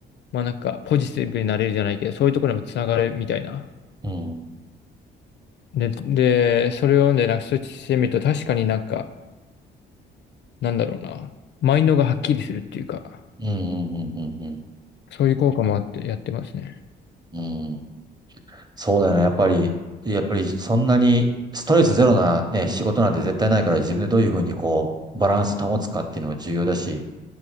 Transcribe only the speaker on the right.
うん。
うん。うん。うん。
うん。うんそうだよね。やっぱり、やっぱりそんなにストレスゼロなね、仕事なんて絶対ないから自分でどういうふうにこう、バランス保つかっていうのも重要だし。